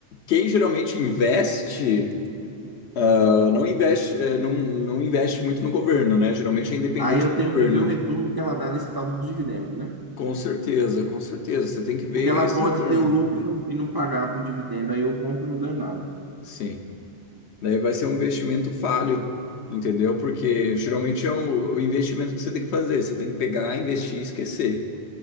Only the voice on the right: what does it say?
Aí eu
tenho
que ver o retorno que ela dá nesse tal do dividendo, né?
Porque ela
pode
ter o lucro e não, e não pagar por dividendo, aí eu compro e não ganho nada.